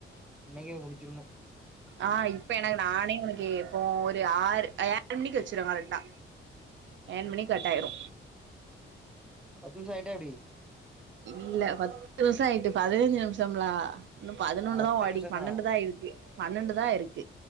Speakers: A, in the centre; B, on the right.
A: இன்னைக்கே முடிச்சிருணு
B: ஆ இப்ப எனக் நானே உனக்கு அப்போ ஒரு ஆறு ஏழு மணிக்கு வெச்சிருவோ கரெட்டா ஏழு மணிக்கு கட்டாயிரு
A: பத்து நிமிஷோ ஆயிட்டா எப்டி
B: இல்ல பத்து நிமிஷோ ஆயிட்டு பதினஞ்சு நிமிஷம்ல இன்னு பதினொன்னுதா
A: பத்து
B: ஓடி
A: நிமிஷந்தா
B: பன்னெண்டு தா ஆயிருக்கு பன்னெண்டு தா ஆயிருக்கு